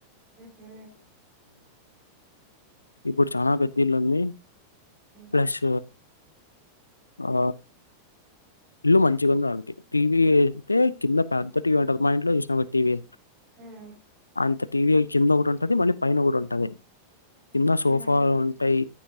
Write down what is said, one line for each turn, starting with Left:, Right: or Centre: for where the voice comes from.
Right: ఉహు
Left: ఇప్పుడు చాన పెద్దిళ్ళంది
Right: ఉమ్
Left: ప్రెష్ ఆ ఇల్లు మంచిగ ఉంది వాళ్ళకి టీవీ అయితే కింద పెద్ద టీవీ ఉంటది మా ఇంట్లో చూసినా ఒక టీవీ
Right: ఉమ్
Left: అంత టీవీ కింద ఒకటి ఉంటది మళ్ళీ పైన ఒకటి ఉంటది కింద సోఫా
Right: ఉమ్.
Left: ఉంటాయి